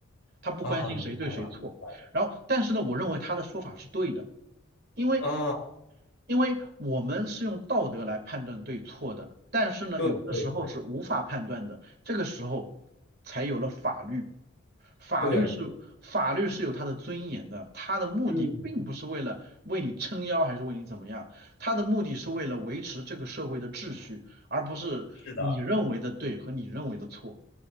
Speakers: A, on the right; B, on the left.
A: 他不关心谁对谁错。
B: 啊，明白了，明白了，
A: 然后，但是呢，我认为他的说法是对的，因为
B: 啊，
A: 因为我们是用道德来判断对错的，但是呢，
B: 对对对
A: 有的时候是无法判断的，这个时候才有了法律。法律嗯是法律是有它的尊严的，
B: 对。
A: 它的目的并不是为了为你撑腰还是为你怎么样，
B: 嗯，
A: 它的目的是为了维持这个社会的秩序，而不是你认为的对和你认为的错。
B: 是的，